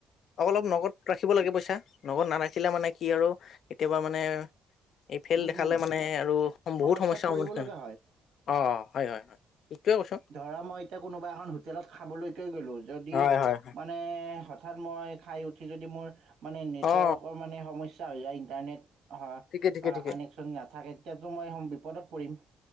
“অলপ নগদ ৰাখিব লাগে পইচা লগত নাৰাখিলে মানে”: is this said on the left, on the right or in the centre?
Left